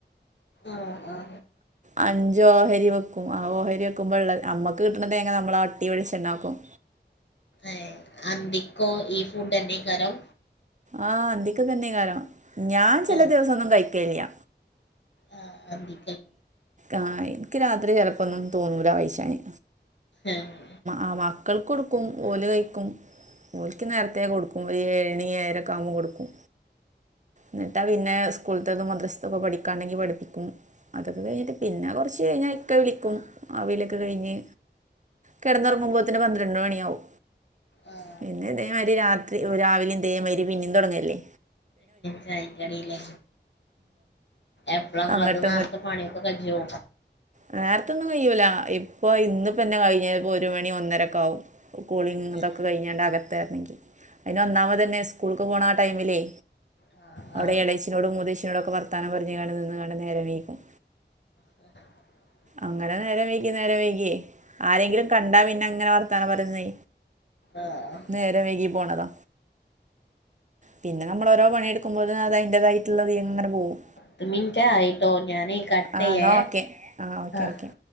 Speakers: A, on the left (about 80°); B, on the right (about 40°).
A: ആഹ് ആഹ്
B: അഞ്ച് ഓഹരിവെക്കും ആ ഓഹരി വെക്കുമമ്പൊള്ള അമ്മക്ക് കിട്ടണതേങ്ങ അമ്മള് ആട്ടി വെളിച്ചെണാക്കും
A: ഏഹ് അന്തിക്കോ ഈ ഫുഡനെക്കാരം
B: ആഹ് അന്തിക്കിതന്നെയ്ക്കാരം ഞാൻ ചില
A: ആ
B: ദിവസൊന്നും കഴിക്കല്യ.
A: ആഹ് അതി
B: ആഹ് എക്കിരാത്രി ചെലപ്പൊന്നും തോന്നൂലാ കയ്ച്ചാന്.
A: ഏഹ്
B: ആ മക്കൾക്ക് കൊടുക്കും ഓല് കഴിക്കും. ഓല്ക്ക് നേരത്തെകൊടുക്കും ഒര ഏഴണി ഏഴരക്കാവുമ്പോ കൊടുക്കും ന്നിട്ടാ പിന്നെ സ്കൂളത്തക്കെ മദ്രസ്ത്തൊക്കെ പഠിക്കാണ്ടെങ്കിൽ പഠിപ്പിക്കും അതൊക്കെ കയിഞ്ഞിട്ട് പിന്നെ കൊറച്ച് കയിഞ്ഞാൽ ഇക്ക വിളിക്കും ആ വിളിയൊക്കെ കയിഞ്ഞ്. കെടന്നൊറങ്ങുമ്പോത്തിന് പന്ത്രണ്ട് മണിയാവും.
A: ആ
B: പിന്നെ ഇതേമാരി രാത്രി രാവിലേം ഇതേമാരി പിനേം തൊടങ്ങല്ലേ.
A: ചായക്കടിലെ എപ്പളങ്ങളത്
B: അങ്ങോട്ടും
A: നേരത്തെ പണിയൊക്കെ കജ്ജോ
B: നേരത്തെ ഒന്നുംകയൂല ഇപ്പൊ ഇന്നിപ്പൊന്നെ കയിഞ്ഞേ ഒരുമണി ഒന്നരൊക്കാവും കൂളിം ഇതൊക്കെ
A: ഏ
B: കഴിഞ്ഞാണ്ട്‌ അകത്തെറണെങ്കിൽ. അയിന് ഒന്നാമതന്നെ സ്കൂൾക്ക് പോണാ ടൈമിലേ.
A: ആ
B: അവിടെ
A: ആ
B: എളേച്ചിനോടും മൂത്തച്ചിനോടൊക്കെ വർത്താനം പറഞ്ഞ്ങ്ങാണ്ട് നിന്ന്ങ്ങാണ്ട്‌ നേരം വൈകും
A: <inaudible>
B: അങ്ങന നേരം വൈകി നേരം വൈക്യേ. ആരെങ്കിലും കണ്ടാപിന്നെങ്ങനെ വർത്താനപറഞ്ന്നെ
A: ആഹ് ആഹ്.
B: നേരം വൈകിപോണതാ പിന്നെ നമ്മളോരോ പണിയെടുക്കുമ്പോത്തിന് അത് അയിന്റേതായിട്ടുള്ളയങ്ങനെ പോവും
A: പത്ത്മിന്റായിട്ടോ ഞാനെ കട്ടെയെ
B: ആ എന്നാ ഓക്കെ ആ ഓക്കെ
A: ആഹ്.
B: ഓക്കെ